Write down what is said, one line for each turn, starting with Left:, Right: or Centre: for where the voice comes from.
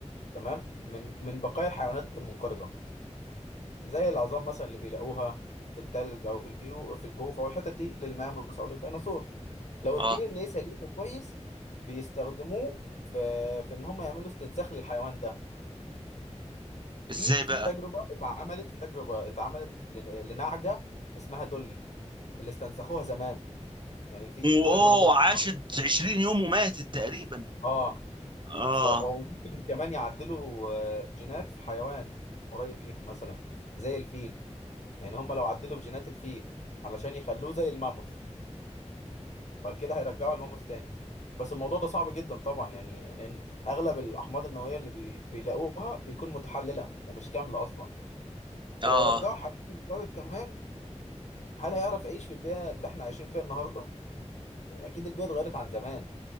Left: تمام من من بقايا الحيوانات المنقرضه زي العظام مثلا اللي بيلاقوها في التلج او في الكيو في الكهوف او الحتت دي للماموس او للديناصور لو الدي
Right: اه
Left: ان ايه سليم وكويس بيستخدموه في في ان هم يعملوا استنساخ للحيوان ده
Right: ازاي
Left: في
Right: بقى
Left: في تجربه اتعملت في تجربه اتعملت لن- لنعجه اسمها دولي اللي استنسخوها زمان يعني في التجربه
Right: واوه
Left: دي أصلاً-
Right: عاشت 20 يوم وماتت تقريبا
Left: اه
Right: اه
Left: ف- أو ممكن كمان يعدلوا آه، جينات في حيوان قريب ليهم مثلا زي الفيل يعني هم لو عدلوا في جينات الفيل علشان يخلوه زي الماموث فكده هيرجعوا الماموث تاني بس الموضوع ده صعب جدا طبعا يعني لأن أغلب الأحماض النووية اللي بي... بيلاقوها بيكون متحللة ومش كاملة أصلا
Right: اه
Left: ولو رجعوا حبيب منقرض كمان هل هيعرف يعيش في البيئة اللي احنا عايشين فيها النهاردة؟ يعني أكيد البيئة اتغيرت عن زمان